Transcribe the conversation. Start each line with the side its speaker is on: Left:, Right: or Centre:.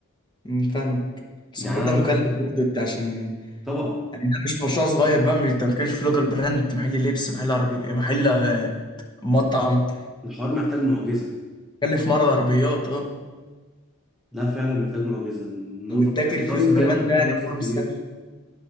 Left: أمم، فاهمك بس
Centre: يعني
Left: الحوار
Centre: أنا
Left: ده مكلف برضه أنت عشان
Centre: طبعا
Left: يعني ده مش مشروع صغير بقى مش أنت ما بتتكلمش في لوكال براند محل لبس محل عربي محل آه، مطعم
Centre: الحوار محتاج معجزه
Left: بتتكلم في معرض عربيات أه
Centre: لا فعلا محتاج معجزه نفق
Left: وتذاكر
Centre: يعني
Left: فيهم
Centre: راس المال
Left: كمان
Centre: انت
Left: ده
Centre: تحتاج
Left: يعني
Centre: راس
Left: حوار
Centre: مال
Left: مش
Centre: كبيره
Left: سهل